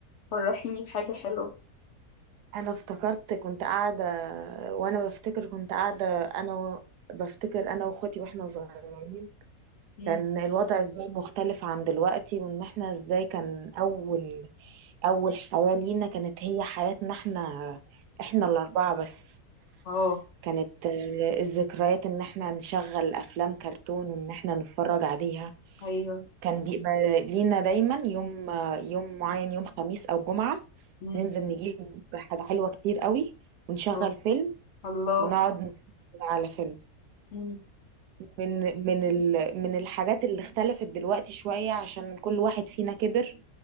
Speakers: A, on the left (about 60°); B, on the right (about 85°).
A: فرحيني بحاجة حلوة
B: انا افتكرت كنت قاعدة وانا بفتكر كنت قاعدة انا و- بفتكر انا واخواتي واحنا صغيرين
A: مم.
B: كان الوضع ازاي مختلف عن دلوقتي وان احنا ازاي كان اول اول حياة لينا كانت هي حياتنا احنا احنا الاربعة بس
A: اه
B: كانت آه، الذكريات ان احنا نشغل افلام كرتون وان احنا نتفرج عليها
A: ايوه
B: كان بيبقى لينا دايما يوم آه، يوم معين يوم خميس او جمعة
A: مم.
B: ننزل نجيب حاجة حلوة كتير قوي ونشغل
A: اه
B: فيلم
A: الله
B: ونقعد نتفرج على فيلم
A: مم.
B: من من ال- من الحاجات اللي اختلفت دلوقتي شوية عشان كل واحد فينا كبر